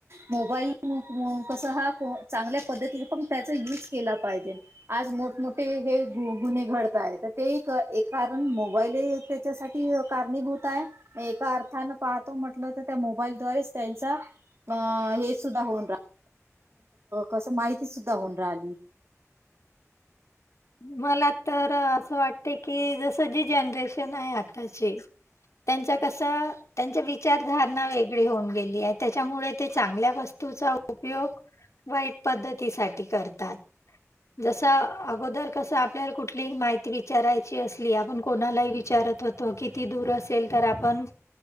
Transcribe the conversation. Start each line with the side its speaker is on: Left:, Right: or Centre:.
Right: मोबाईल कसं हा चांगल्या पद्धतीने पण त्याचा यूज केला पाहिजे. आज मोठमोठे हे गुन्हे घडत य आहेत तर ते एक कारण मोबाईल त्याच्यासाठी कारणीभूत आहे. एका अर्थान पाहतो म्हटलं तर मोबाईलद्वारेच त्यांचा अ हे सुद्धा होऊन रा कस माहिती सुद्धा होऊन राहिली.
Left: मला तर असं वाटते की जसं जी जनरेशन आहे आताची त्यांचा कस त्यांच्या विचारधारणा वेगळी होऊन गेली आहे त्याच्यामुळे ते चांगल्या वस्तूचा उपयोग वाईट पद्धतीसाठी करतात. जस अगोदर कस आपल्याला कुठली माहिती विचारायची असली आपण कोणालाही विचारत होतो की, ती दूर असेल तर आपण